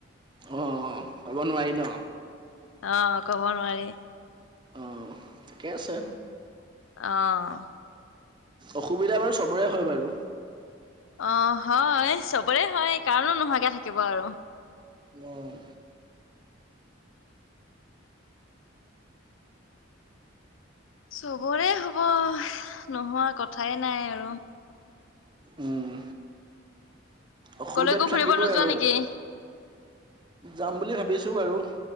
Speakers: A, on the right; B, on the left.
A: অ', ক'ব নোৱাৰি ন?
B: অ', কব নোৱাৰি।
A: অ' ঠিকে আছে।
B: অ'।
A: অসুবিধা বাৰু চবৰে হয় বাৰু।
B: অ' হয় চবৰে হয় কাৰ নো নোহোৱাকে থাকিব আৰু?
A: অ'।
B: চবৰে হব নোহোৱা কথাই নাই আৰু।
A: উম অসুবিধাটো
B: কলৈকো ফুৰিব
A: থাকিবই
B: নোযোৱা
A: আৰু।
B: নেকি
A: যাম বুলি ভাবিছো বাৰু।